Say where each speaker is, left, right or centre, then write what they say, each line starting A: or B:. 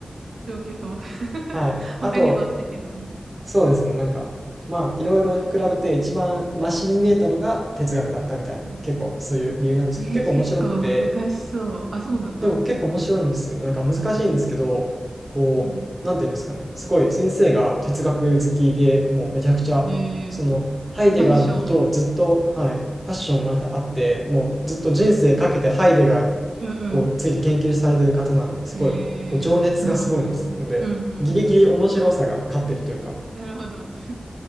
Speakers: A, on the right; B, on the right.
A: 状況表。<laughs>
B: はい。あと、
A: 他にもあったけど。
B: そうですね、なんか、まあ、いろいろ比べて一番マシに見えたのが哲学だったみたいな、
A: うん
B: 結構そういう理由なんですけど、
A: えー、
B: 結構面白くて、
A: 結構難しそう。あ、そうなんだ。
B: でも結構面白いんですよね。なんか難しいんですけど、こう、
A: うん。
B: なんていうんですかね。すごい先生が哲学好きでもうめちゃくちゃ、
A: うんえー、
B: その、ハイデガーのことをずっと、
A: ファッション。
B: はい、パッションがあって、もうずっと人生かけてハイデガーに
A: うん
B: こうついて研究されてる方なんですごい、
A: うん。えー、
B: こう情熱がすごいですので、
A: なるほど。うんうんうん
B: ギリギリ面白さが勝ってるというか、
A: なるほど。